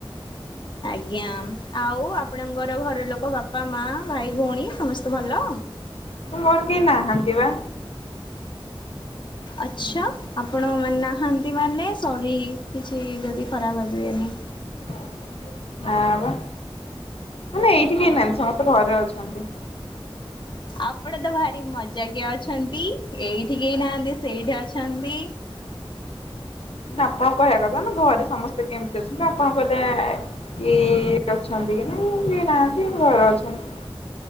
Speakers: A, on the left; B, on the left.
A: ଆଜ୍ଞା, ଆଉ ଆପଣଙ୍କର ଘର ଲୋକ ବାପା ମା ଭାଇ ଭଉଣୀ ସମସ୍ତେ ଭଲ?
B: ମୋର କେହି ନାହାନ୍ତି ପା।
A: ଆଛା, ଆପଣ ମାନେ ନାହାନ୍ତି ମାନେ ସରି କିଛି ଯଦି ଖରାପ ଭାବିବେନି।
B: ହ ଆ-ଆ ବା ମାନେ ଏଇଠି କେହି ନାହାନ୍ତି ସମସ୍ତେ ଘରେ ଅଛନ୍ତି।
A: ଆପଣ ତ ଭାରି ମଜାକିଆ ଅଛନ୍ତି, ଏଇଠି କେହି ନାହାନ୍ତି ସେଇଠି ଅଛନ୍ତି।
B: ଆପଣ କହିବା କଥା ନା ଘରେ ସମସ୍ତେ କେମିତି ଅଛନ୍ତି ଆପଣ କହିଲେ ଏଁ-ଏଁ-ଏଁ ଇ-ଇ-ଇ ଅଛନ୍ତି କି ନାଇଁ, <inaudible> କିଏ ନାହାନ୍ତି ଘରେ ଅଛନ୍ତି।